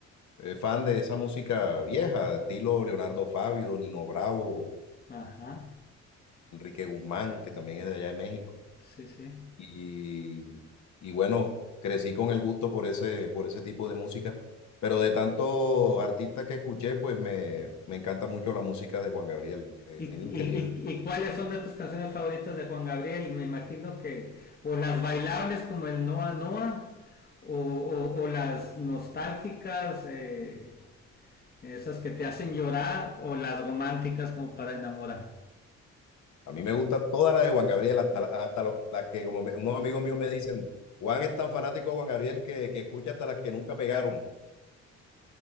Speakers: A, on the left (about 70°); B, on the left (about 30°).
A: eh, fan de esa música vieja, estilo Leonardo Fabio, Nino Bravo,
B: Ajá.
A: Enrique Guzmán, que también es de allá de México.
B: Sí, sí.
A: Y, y bueno, crecí con el gusto por ese, por ese tipo de música. Pero de tantos artistas que escuché, pues me, me encanta mucho la música de Juan Gabriel. Eh,
B: ¿Y, y,
A: Es, increíble.
B: y, y cuáles son de tus canciones favoritas de Juan Gabriel? Me imagino que, o las bailables como el Noa Noa, o, o, o las nostálgicas, eh, esas que te hacen llorar, o las románticas como para enamorar.
A: A mí me gusta toda la de Juan Gabriel, hasta, hasta los las que como me- unos amigos míos me dicen, Juan es tan fanático de Juan Gabriel que, que escucha hasta las que nunca pegaron.